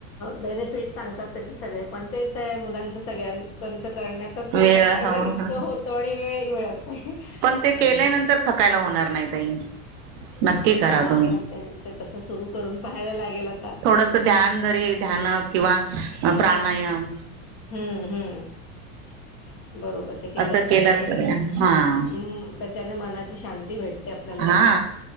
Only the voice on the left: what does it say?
बेनिफिट सांगतात त्याचे सगळे पण आहे मुलांचं सगळ्यान सकाळी ना
थकवायला
इतकं होतं आणि वेळही मिळत नाही
आणि
ब
हा
आता ते ते तसं सुरू करून पाहायला लागेल आता
हम्म हम्म बरोबर ते केलंच
पाहिजे
त्याच्याने मनाची शांती भेटते आपल्याला
जरा